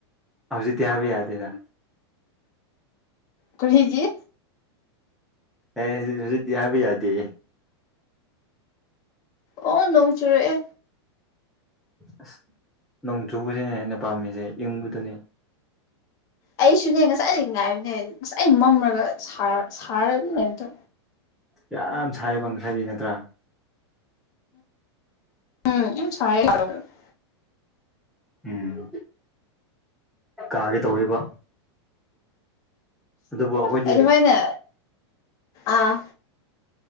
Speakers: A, in the centre; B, on the left.
A: ꯍꯧꯖꯤꯛꯇꯤ ꯍꯥꯏꯕ ꯌꯥꯗꯦꯗ
B: ꯀꯔꯤꯒꯤ
A: ꯑ‌ꯦ ꯍꯧꯖꯤꯛ ꯍꯧꯖꯤꯛꯇꯤ ꯍꯥꯏꯕ ꯌꯥꯗꯦ
B: ꯑꯣ ꯅꯣꯡ ꯆꯨꯔꯛꯑꯦ
A: ꯑꯁ ꯅꯣꯡ ꯆꯨꯕꯁꯤꯅꯦ ꯑꯩꯅ ꯄꯥꯝꯃꯤꯁꯦ ꯏꯪꯕꯗꯨꯅꯦ
B: ꯑꯩꯁꯨꯅꯦ ꯉꯁꯥꯏꯗꯒꯤ ꯉꯥꯏꯕꯅꯦ ꯉꯁꯥꯏ ꯃꯝꯔꯒ ꯁꯥꯔ ꯑꯗꯨꯝ ꯂꯩꯕꯗꯣ
A: ꯌꯥꯝ ꯁꯥꯏꯕ ꯉꯁꯥꯏꯗꯩ ꯅꯠꯇ꯭ꯔꯥ
B: ꯎꯝ ꯎꯝ ꯁꯥꯢꯌꯦ <unintelligible>
A: ꯎꯝ ꯀꯥꯒꯦ ꯇꯧꯋꯦꯕ ꯑꯗꯨꯕꯨ ꯑꯩꯈꯣꯏꯗꯤ
B: ꯑꯗꯨꯃꯥꯏꯅ ꯑꯥ